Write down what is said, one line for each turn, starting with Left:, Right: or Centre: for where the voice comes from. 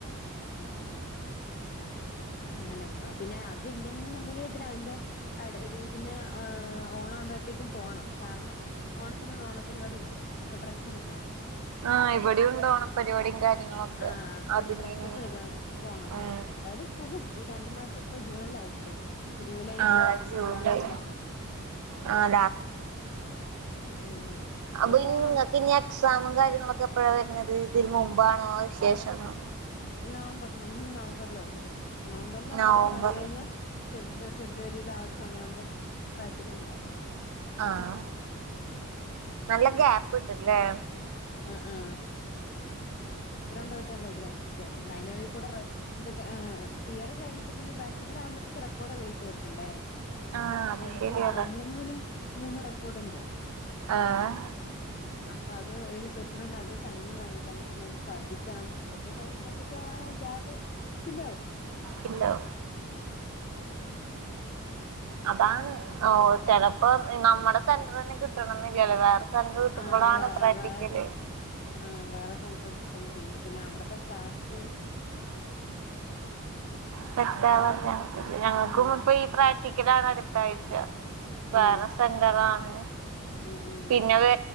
Left: ഉം ഉം അങ്ങനെ പോണ് പിന്നെ അതില്ലെ ങ്കിന്നുണ്ടെങ്കില് പിന്നെ അതിന്റെ ആടെ ദി പിന്നെ ആഹ് ഒണാവുമ്പോ ത്തേക്കും പോണം കാരണം ഓണത്തിന് ഇവിടെ ഓണപരിപാടി ഇണ്ട് അപ്പൊ ഡ്രസ്സെടുക്കണം
Right: ആഹ്
Left: അതേ
Right: ഇവിടെയും ഉണ്ട് ഓണപ്പരിപാടിയും കാര്യങ്ങളൊക്കെ
Left: ആഹ് അപ്പം
Right: അതിന്
Left: ഡ്രസ്സൊക്കെ
Right: ഇനി
Left: എടുക്കാൻ പോണം
Right: ഉം
Left: എന്തായാലും പോകും ഈ രണ്ടു മാസം ഇപ്പൊ ജൂണല്ലേ ആയിട്ടുള്ളൂ ജൂലൈ ഇണ്ട്
Right: ആഹ്
Left: ഓഗസ്റ്റ്
Right: ജൂലൈ
Left: ലാസ്റ്റ് അല്ലേ ഓണം
Right: ആഹ്
Left: ഉം
Right: അപ്പൊ നിങ്ങക്ക്
Left: പോണം
Right: ഇ എക്സാമും കാര്യങ്ങളൊക്കെ ക്ക എപ്പഴ വരുന്നത് ഇതിന് മുമ്പാണോ ശേഷണോ
Left: നവംബറി അഞ് നവംബറിലേ ഉള്ളു ഞങ്ങക്ക് നവംബറൽ ഉണ്ടാവും
Right: നവംബർ
Left: അത് കഴിഞ്ഞൽ ഫെബ്രു ഫെബ്രുവരിയിൽ ആ ഒരു സമയമാവുമ്പം പ്രാക്റ്റിക്കലുണ്ടാവും
Right: ആഹ നല്ല ഗാപ്പ് ഇണ്ടല്ലേ
Left: ആഹ ആ ഇത്ര ഉണ്ടോട്ടല്ല് നയനള കൂടെ ഇതക്കെ തിയറി കഴിഞ്ഞിട്ട് പിന്നെ പ്രാക്ടല ആകുമ്പത്തേ റെക്കോഡൊക്കെ എഴുതിതീർക്കണ്ടേ
Right: ആഹ് അത്
Left: ഞങ്ങക്ക്
Right: ശരിയാ
Left: ആ മൂന്ന ദിനും മൂന്ന് റെക്കോർഡ്ണ്ട്
Right: ആഹ
Left: അപ്പ അത് ഒരു തീർക്കണം അത് സൈൻ വാങ്ങിക്കണം പിന്നെ അത് പഠിക്കണം ഇതൊക്കെ കഴിയുമ്പറ്റി ഗാപ്പ് ഫില്ലാകും
Right: പില്ലോ അതാണ് ഓ ചെലപ്പോ നമ്മുടെ സെന്റർ തന്നെ കിട്ടണംന്നില്ലല്ലേ വേറെ സെന്റർ കിട്ടുമ്പോളാണ്
Left: ആഹ വേ
Right: പ്രാക്ടിക്കല്
Left: വേറെ സെൻറർ ആഹ് വേറെ സെൻറർ കിട്ട ന്നെ അവിത്തെ സ്റ്റാഫ്
Right: സെറ്റവാ ഞങ്ങൾക്കും
Left: ഉം
Right: ഇപ്പൊ ഈ പ്രാക്ടിക്കലാണ് അടുത്ത ആഴ്ച വേറെ
Left: ഉം
Right: സെന്ററാണ്
Left: ഉം ഉം
Right: പിന്നെത്